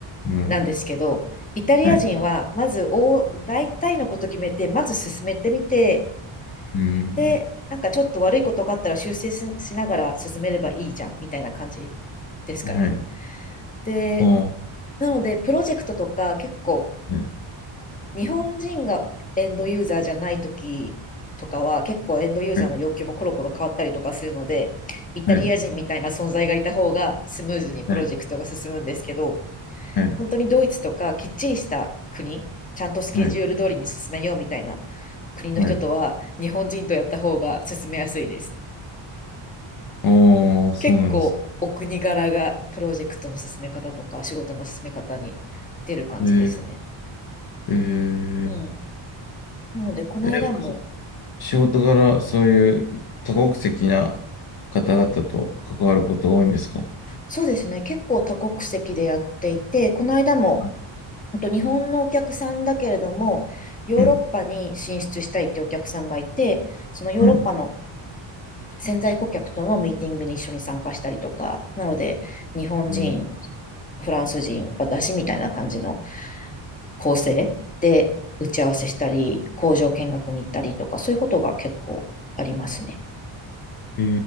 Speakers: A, on the left (about 50°); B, on the left (about 15°).
A: うん、
B: なんですけど、イタリア人はまず大、
A: はい、
B: 大体のこと決めて、まず進めてみて、
A: うん、
B: で、なんかちょっと悪いことがあったら修正ししながら進めればいいじゃんみたいな感じですかね。
A: はい、
B: で、
A: おー、
B: なので、プロジェクトとか結構
A: はい、
B: 日本人がエンドユーザーじゃない時とかは結構エンドユーザーの要求もコロコロ変わったりとかするので、
A: はい、
B: イタリア人みたいな存在がいた方がスムーズにプロジェクトが進むんですけど、
A: はい、はい、はい、
B: 本当にドイツとかきっちりした国、ちゃんとスケジュール通りに進めようみたいな
A: はい、
B: 国の人とは日本人とやった方が進めやすいです。
A: はいおー、そうなんです。
B: 結構お国柄がプロジェクトの進め方とか仕事の進め方に出る感じですね。
A: えー、え
B: うん。
A: ー、
B: なので、この間も
A: えー仕事柄、そういう多国籍な方々と関わることが多いんですか
B: そうですね。結構多国籍でやっていて、この間も、
A: あ
B: 本当日本のお客さんだけれども、ヨーロッパに進出したいってお客さんがいて、
A: うん。
B: そのヨーロッパの
A: はい。
B: 潜在顧客とのミーティングに一緒に参加したりとか、なので、日本人、
A: うん
B: フランス人、私みたいな感じの構成で打ち合わせしたり、工場見学に行ったりとか、そういうことが結構ありますね。
A: え